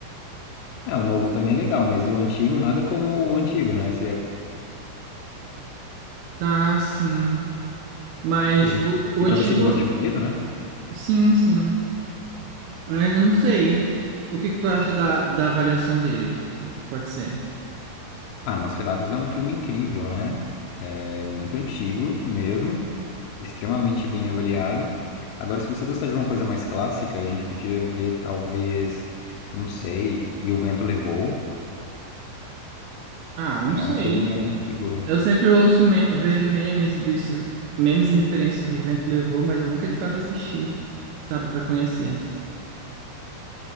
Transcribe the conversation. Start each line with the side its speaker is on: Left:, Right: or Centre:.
Left: É, o novo também é legal, mas o antigo, nada como o antigo, né? Se é
Right: Tá, sim. Mas
Left: pra gente...
Right: o, o
Left: E
Right: antigo,
Left: pra você que gosta de vampiro, né?
Right: sim, sim. Mas eu não sei. O que que tu acha da, da avaliação dele? O que que Pode ser.
Left: Ah, Nosferatus é um filme incrível, né? É muito antigo mesmo, extremamente bem avaliado. Agora, se você gostar de uma coisa mais clássica, a gente podia ver talvez, não sei, E o Vento Levou.
Right: Ah, não
Left: É
Right: sei.
Left: um filme antigo.
Right: Eu sempre ouço, me- vejo memes disso, memes e referências do Vento Levou, mas eu nunca de fato assisti, sabe, pra conhecer.